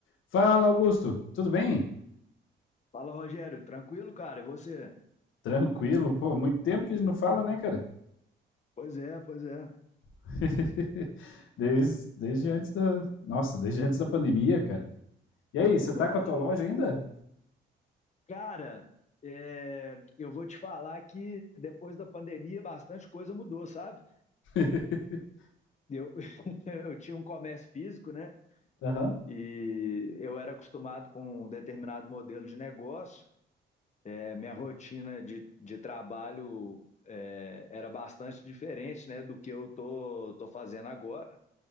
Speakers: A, on the left; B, on the left.
A: Fala, Augusto. Tudo bem?
B: Fala, Rogério. Tranquilo, cara? E você?
A: Tranquilo. Pô, muito tempo que a gente não fala, né, cara?
B: Pois é, pois é.
A: <laughs> Desde, desde antes da. Nossa, desde antes da pandemia, cara. E aí, você
B: Nó.
A: tá com a tua loja ainda?
B: Cara, é, eu vou te falar que depois da pandemia bastante coisa mudou, sabe?
A: <laughs>
B: Eu, <laughs> eu tinha um comércio físico, né?
A: Aham,
B: E eu era acostumado com um determinado modelo de negócio. É, minha rotina de, de trabalho é, era bastante diferente, né, do que eu tô, tô fazendo agora.